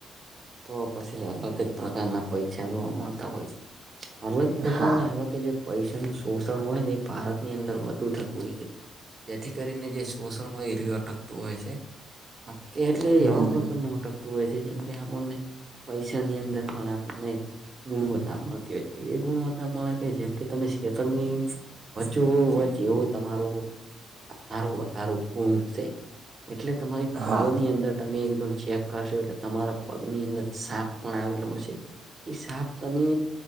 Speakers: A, on the right (about 35°); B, on the right (about 60°).
A: તો પછી અલગ જ પ્રકારના પરીક્ષા જોવા મળતા હોય છે. અલગ પ્રકારને
B: હા
A: એમાં કે જે. પૈસાનું શોષણ હોય ને એ ભારત ની અંદર વધુ થતું હોય છે. જેથી કરીને જે શોષણમાં હીર્ય અટકતું હોય છે. કે એટલે એવા
B: હમ
A: પ્રકારનું અટકતું હોય છે જેમ કે આપણને પૈસાની અંદર પણ આપણને. ગુણવત્તા મળતી હોય છે એવી ગુણવત્તા મળે કે જેમ કે તમે શેતરની. વચો વચ એવું તમારું અારું વધારું ગુમ છે. એટલે તમારી પગલની
B: હા
A: અંદર તમે એકદમ ચેક કરશો એટલે તમારા. પગની અંદર સાપ પણ આવેલો હ છે એ સાપ તમે.